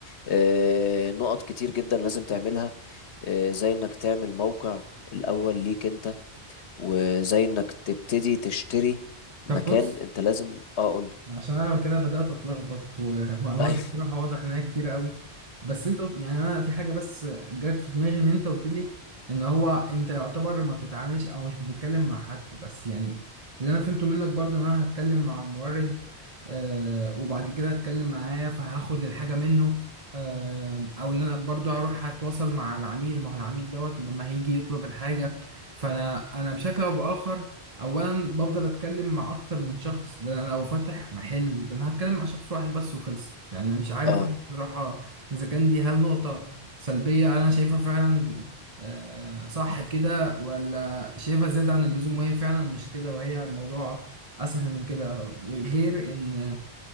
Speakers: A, on the left; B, on the right.
A: آه، نقط كتير جدا لازم تعملها آه، زي انك تعمل موقع الاول ليك انت وزي انك تبتدي تشتري مكان
B: طب بص
A: انت لازم اه قول لي
B: عشان انا كده بدات اتلخبط ومعلومات
A: ايوه
B: بصراحه واضح ان هي كتير قوي بس انت قلت يعني انا في حاجه بس جت في دماغي ان انت قلت لي ان هو انت يعتبر ما بتتعاملش او مش بتتكلم مع حد بس يعني اللي انا فهمته منك برضو ان انا هتكلم مع مورد آه وبعد كده هتكلم معاه فهاخد الحاجه منه آه او ان انا برضو هروح هتواصل مع العميل ما هو العميل دوت لما هيجي يطلب الحاجه فانا انا بشكل او باخر اولا بفضل اتكلم مع اكتر من شخص ده انا لو فاتح محل ده انا هتكلم مع شخص واحد بس وخلصت يعني انا
A: <laughs>
B: مش عارف
A: اه
B: انا بصراحة اذا كان دي هل نقطة سلبية انا شايفها فعلا آه، صح كده ولا شايفها زيادة عن اللزوم وهي فعلا مش كده وهي الموضوع اسهل من كده غير ان